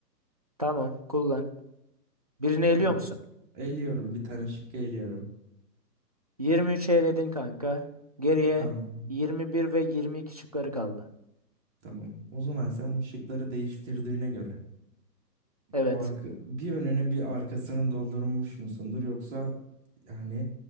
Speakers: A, on the right; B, on the right.
A: Tamam, kullan. Birini eliyor
B: Bu-
A: musun?
B: Eğiliyorum bir tane şıkkı eğiliyorum.
A: 23'ü eledin kanka. Geriye
B: Tamam.
A: 21 ve 22 şıkları kaldı.
B: Tamam. O zaman sen bu şıkları değiştirdiğine göre
A: Evet.
B: arka, bir önüne bir arkasını doldurmuş musundur yoksa yani